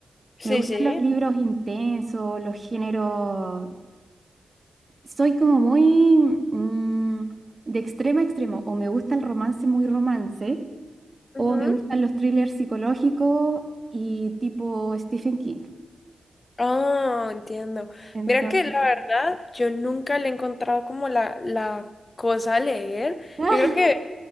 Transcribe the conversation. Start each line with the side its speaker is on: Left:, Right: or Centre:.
Left: Sí,
Right: Me gustan
Left: sí.
Right: los libros intensos, los géneros soy como muy mm, de extremo a extremo. O me gusta el romance muy romance,
Left: Ujú.
Right: o me gustan los thrillers psicológicos y tipo Stephen King.
Left: Ah, entiendo.
Right: Entonces,
Left: Mira que la verdad, yo nunca le he encontrado como la, la cosa a leer.
Right: <laughs>
Left: Yo creo que